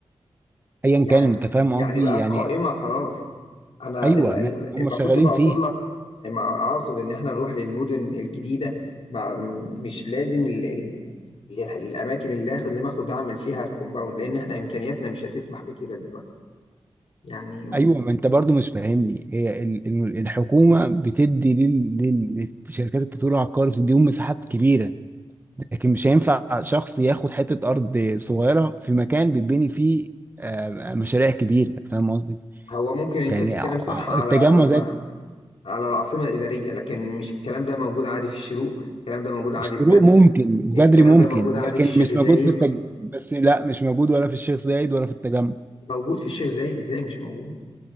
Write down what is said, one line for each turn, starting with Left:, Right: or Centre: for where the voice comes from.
Right: ايا
Left: يعني
Right: كان انت فاهم قصدي
Left: يعني بقت
Right: يعني
Left: قائمة خلاص انا
Right: ايوه
Left: ال- ال-
Right: ما يعني هم
Left: اما
Right: شغالين
Left: كنت بقصد
Right: فيها
Left: لك اما اقصد ان احنا نروح للمدن الجديده مع م- مش لازم ال... ال... ال- الاماكن اللي اخد زي ما اخد اعمل فيها الكومباوند لان احنا امكانياتنا مش هتسمح بكده دلوقتي يعني
Right: ايوه ما انت برضو مش فاهمني هي ال- ال- الحكومه بتدي لل- لل- لشركات التطوير العقاري بتديهم مساحات كبيره لكن مش هينفع شخص ياخد حته ارض صغيره في مكان بيتبني فيه آه، آه، مشاريع كبيره فاهم قصدي؟
Left: هو ممكن انت
Right: يعني
Left: بتتكلم
Right: ع-
Left: صح على
Right: التجمع
Left: ال...
Right: زي
Left: على العاصمه الاداريه لكن مش الكلام ده موجود عادي في الشروق الكلام ده موجود عادي
Right: الشروق
Left: في بدر
Right: ممكن بدري
Left: الكلام
Right: ممكن
Left: ده موجود عادي
Right: لكن
Left: في الشيخ
Right: مش
Left: زايد
Right: موجود في التج... بس لا مش موجود ولا في الشيخ زايد ولا في التجمع
Left: موجود في الشيخ زايد ازاي مش موجود